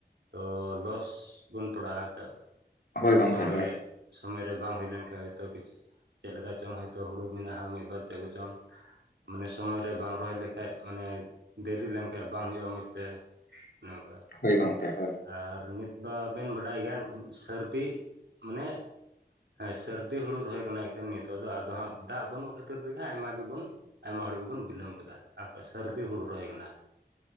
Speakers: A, on the right (about 80°); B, on the left (about 60°).
A: ᱛᱚ ᱞᱚᱥ ᱵᱚᱱ ᱯᱟᱲᱟᱜ-ᱟ ᱟᱛᱮ
B: ᱦᱳᱭ ᱜᱚᱝᱠᱮ
A: ᱥᱚᱢᱚᱭ
B: ᱦᱳᱭ
A: ᱨᱮ ᱥᱚᱢᱚᱭ ᱨᱮ ᱵᱟᱝ ᱦᱩᱭ ᱞᱮᱱᱠᱷᱟᱡ ᱦᱚᱭᱛᱳ ᱠᱤᱪᱷᱩ ᱪᱮᱫ ᱞᱮᱠᱟ ᱪᱚᱝ ᱦᱚᱭᱛᱳ ᱦᱩᱲᱩ ᱢᱮᱱᱟᱜ-ᱟ ᱢᱤᱫᱵᱟᱨ ᱪᱟᱸᱜᱩ ᱪᱚᱝ ᱢᱟᱱᱮ ᱥᱚᱢᱚᱭ ᱨᱮ ᱵᱟᱝ ᱨᱚᱦᱚᱭ ᱞᱮᱠᱷᱟᱡ ᱢᱟᱱᱮ ᱫᱮᱨᱤ ᱞᱮᱱᱠᱷᱟᱡ ᱵᱟᱝ ᱦᱩᱭᱩᱜ-ᱟ ᱢᱚᱡᱽ ᱛᱮ ᱚᱱᱮᱚᱝᱠᱟ
B: ᱦᱳᱭ ᱜᱚᱝᱠᱮ ᱦᱳᱭ
A: ᱟᱨ ᱢᱤᱛ ᱵᱟᱨ ᱰᱮᱱ ᱵᱟᱰᱟᱭ ᱜᱮᱭᱟ ᱥᱟᱹᱨᱫᱤ ᱢᱟᱱᱮ ᱦᱮᱸ ᱥᱟᱹᱨᱫᱤ ᱦᱩᱲᱩ ᱨᱚᱦᱚᱭ ᱠᱟᱱᱟ ᱮᱱᱠᱷᱟᱱ ᱱᱤᱛᱚᱜ ᱫᱚ ᱟᱫᱚ ᱦᱟᱸᱜ ᱫᱟᱜ ᱵᱟᱹᱱᱩᱜ ᱠᱷᱟᱹᱛᱤᱨ ᱛᱮᱜᱮ ᱟᱭᱢᱟ ᱜᱮᱵᱚᱱ ᱟᱭᱢᱟ ᱦᱚᱲ ᱜᱮᱵᱚᱱ ᱵᱤᱞᱚᱢ ᱟᱠᱟᱫᱟ ᱟᱨ ᱵᱟᱠᱷᱟᱡ ᱥᱟᱹᱨᱫᱤ ᱦᱩᱲᱩ ᱨᱚᱦᱚᱭ ᱠᱟᱱᱟ